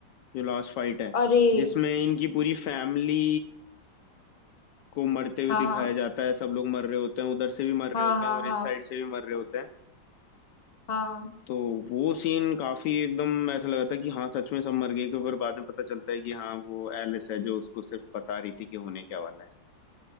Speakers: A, on the left; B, on the left.
A: जो लास्ट फाइट है
B: अरे
A: जिसमें इनकी पूरी फैमिली को मरते हुए
B: हाँ
A: दिखाया
B: हाँ
A: जाता है सब लोग मर रहे होते हैं उधर से भी मर रहे
B: हाँ
A: होते
B: हाँ
A: हैं और इस
B: हाँ
A: साइड से भी मर रहे होते हैं
B: हाँ
A: तो वो सीन काफी एकदम ऐसा लगा था कि हाँ सच में सब मर गए के ऊपर बाद में पता चलता है कि हाँ वो एलिस है जो उसको सिर्फ बता रही थी कि होने क्या वाला है